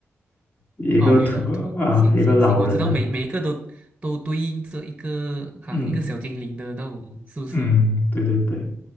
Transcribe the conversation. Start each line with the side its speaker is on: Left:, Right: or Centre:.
Left: 一个特啊，
Right: 哦，绿老头，行行行，
Left: 一个老人的，
Right: 我知道每每一个都都对应着一个好像一个小精灵的那种，
Left: 嗯
Right: 是不是？
Left: 嗯，对对对，